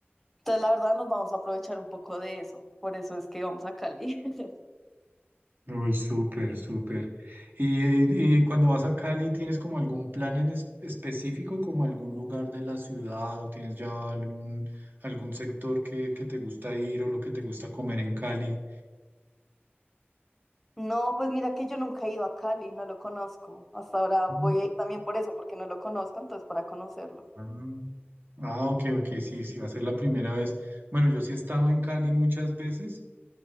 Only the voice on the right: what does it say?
Uy, súper, súper. Y, y cuando vas a Cali, ¿tienes como algún plan en es- específico, como algún lugar de la ciudad o tienes ya algún, algún sector que, que te gusta ir o lo que te gusta comer en Cali?
Mm.
Ah, ah, ok, ok, sí, sí, va a ser la primera vez. Bueno, yo sí he estado en Cali muchas veces